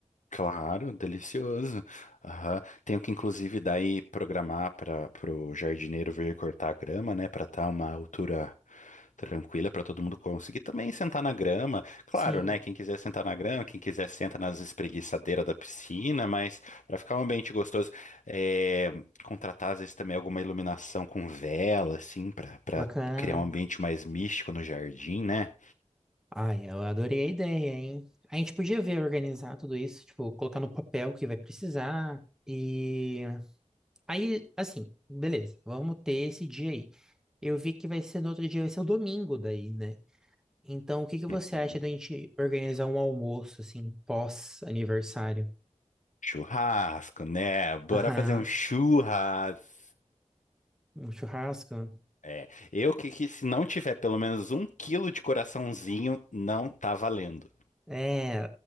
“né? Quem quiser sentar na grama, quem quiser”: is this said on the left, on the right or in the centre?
Left